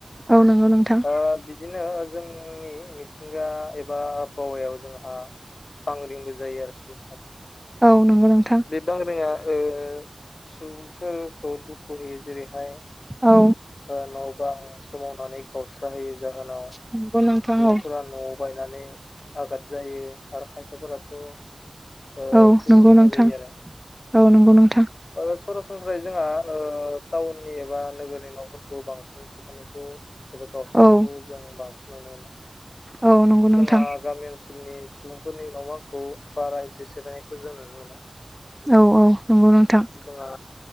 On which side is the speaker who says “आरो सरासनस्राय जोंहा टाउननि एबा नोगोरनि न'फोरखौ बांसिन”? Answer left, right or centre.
Left